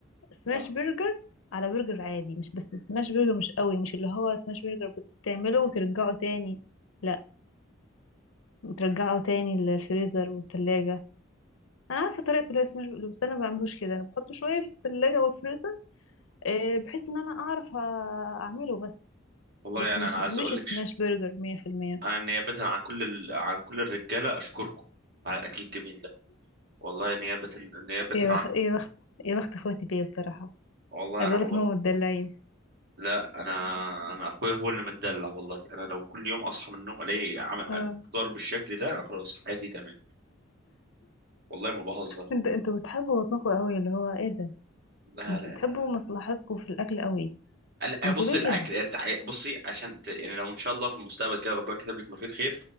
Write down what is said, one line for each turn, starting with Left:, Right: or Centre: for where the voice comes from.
Left: سماش
Right: اه
Left: برجر على برجر عادي مش بس سماش برجر مش قوي مش اللي هو سماش برجر بتعمله وترجعه تاني لا بترجعه تاني للفريزر والتلاجة انا عارفه طريقه اللي هو سماش برجر بس انا ما بعملوش كده انا بحطه شويه في التلاجة والفريزر آه، بحيث ان انا اعرف آه، اعمله بس
Right: والله
Left: بس
Right: يعني
Left: مش
Right: انا عايز
Left: مش
Right: اقول
Left: سماش
Right: لك
Left: برجر 100%
Right: انا نيابه عن كل ال... عن كل الرجاله اشكركم على الاكل الجميل ده والله نيابه نيابه
Left: إيه يا
Right: عنهم
Left: بخ... يا بخت يا بخت اخواتي بيا بصراحة
Right: والله
Left: عايز
Right: انا
Left: اقولك
Right: ما بقى.
Left: ان هم متدلعين
Right: لا انا انا اخويا هو اللي متدلع والله انا لو كل يوم اصحى من النوم الاقي عامل-
Left: اه
Right: ضرب بالشكل ده انا خلاص حياتي تمام والله ما بهزر
Left: انت انتوا بتحبوا بطنكم قوي اللي هو ايه ده
Right: لا
Left: مص...
Right: لا
Left: بتحبوا
Right: لا
Left: مصلحتكم في الاكل قوي
Right: ال- آه،
Left: انتوا
Right: بص
Left: ليه
Right: الاكل
Left: كده
Right: يعني انت عاي- بصي عشان ت... يعني لو ان شاء الله في المستقبل كده ربنا كتب لك ما فيه الخير